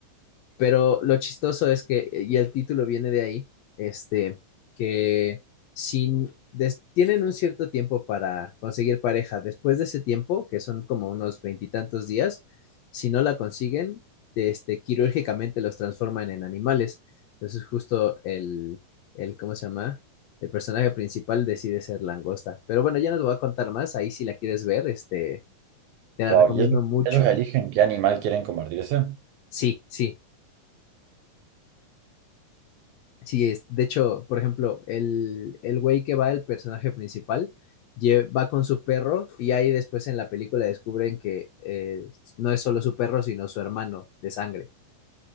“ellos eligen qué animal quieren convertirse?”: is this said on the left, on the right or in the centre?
Right